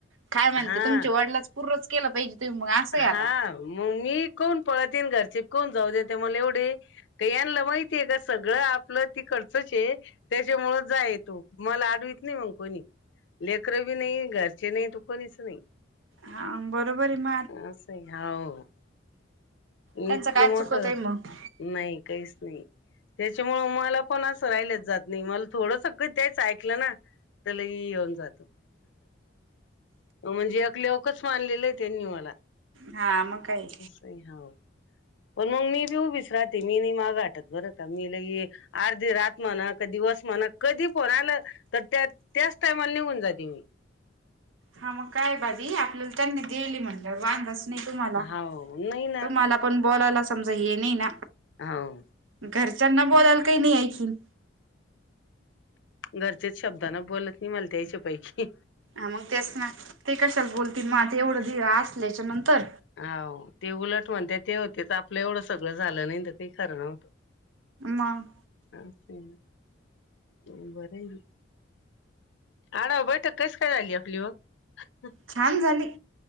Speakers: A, on the right; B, on the left.
A: काय म्हणता
B: हा
A: तुमच्या वडलाचं पूर्णच केलं पाहिजे तुम्ही मग असंय
B: हा
A: आता.
B: मग मी कोण पळत येईन घरचे कोण जाऊ देेते मला एवढे. ते यांला माहितीय का सगळं आपलं तीकडचचं ये. त्याच्यामुळं जाय तू मला आडवीत नाही मंग कोणी. लेकरं बी नाही घरचे नाहीत कोणीच नाही.
A: हां, बरोबर आहे म
B: असंय हाव,
A: त्यांचं
B: इतकं
A: काय
B: मोठं
A: चुकत आहे मग
B: नाही काहीच नाही, त्याच्यामुळं मलापण असं राहिलंच जात नाही, मला थोडंस काही त्यायच ऐकलं ना तर लई हे होऊन जातं. म्हणजे एक ल्योकच मानलेलं आहे त्यांनी मला.
A: हा, मंग काय?
B: बई हाव, पण मंग मी बी उभीच राहते मी नाही मागं हाटत बरं का मी लई ये अर्धी रात म्हणा, क दिवस म्हणा, कधी फोन आलं तर त्या त्याच टाईमाला निघून जाते मी.
A: हा, मग काय भाभी आपल्याला त्यांनी देयले म्हणल्यावर वांदच नाही तुम्हाला,
B: हा हो नाही ना
A: तुम्हाला पण बोलायला समजा हे नाही ना.
B: हो
A: घरच्यांना बोलायला काही नाही ऐखीन.
B: घरचेच शब्दानं बोलत नाही मला त्यायच्या पैकी.
A: हा, मग तेच ना ते कशाला बोलतील मग आता एवढं दि असल्याच्या नंतर.
B: हाव, ते उलट म्हणते ते होते तरं आपलं एवढं सगळं झालं, नाही तर काही खरं नव्हतं.
A: मग
B: असंय ना मंग बरं आहे ना? आढाव बैठक कसं काय झाली आपली मग?
A: छान झाली.